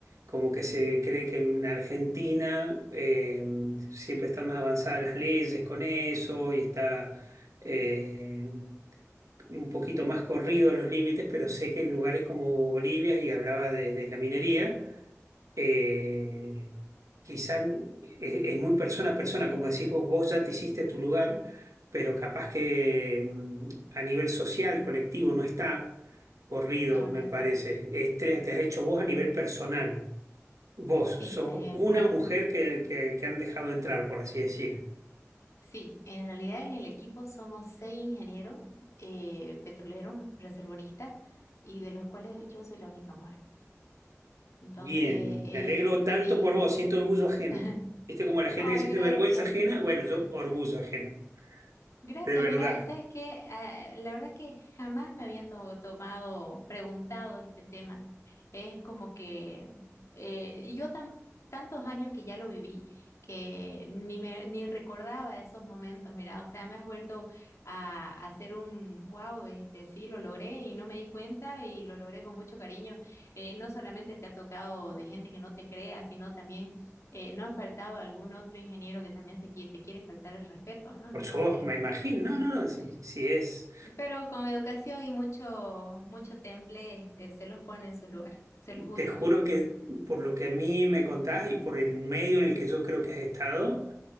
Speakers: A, on the right; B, on the left.
A: como que se cree que en Argentina eh, siempre están más avanzadas las leyes con eso y está eh, un poquito más corridos los límites, pero sé que en lugares como Bolivia, y hablaba de de la minería, eh, quizá n- e- es, muy persona a persona, como decís vos, vos ya te hiciste tu lugar, pero capaz que mm, a nivel social, colectivo, no está corrido,
B: No,
A: me
B: no está.
A: parece. Es, te, te has hecho vos a nivel personal. Vos
B: Sí,
A: sos
B: a nivel
A: una
B: personal.
A: mujer que, que- que han dejado entrar, por así decir.
B: Sí, en realidad en el equipo somos seis ingenieros eh, petroleros, reservoristas, y de los cuales yo soy la única mujer. Entonces,
A: Bien,
B: eh,
A: me alegro tanto
B: sí,
A: por vos, siento orgullo ajeno.
B: <laughs>
A: ¿Viste como la gente
B: Ay,
A: que siente
B: gracias.
A: vergüenza ajena? Bueno, yo
B: <laughs>
A: orgullo ajeno,
B: Gracias,
A: de verdad.
B: mira, sabes que la verdad que jamás me habían to- tomado, preguntado este tema. Es como que eh, y yo tan, tantos años que ya lo viví que ni me ni recordaba esos momentos, mira, o sea, me has vuelto a, a hacer un wow, este sí lo logré y no me di cuenta y lo logré con mucho cariño. Eh, no solamente te ha tocado de gente que no te crea, sino también eh, no ha faltado algún otro ingeniero que también se, qui- te quiere faltar el respeto, ¿no?
A: Por
B: Entonces.
A: su voz, me imagino. No, no, no, sí, sí es.
B: Pero con educación y mucho, mucho temple, este, se los pone en su lugar, se los ubica.
A: Te juro que por lo que a mí me contás y por el medio en el que yo creo que has estado,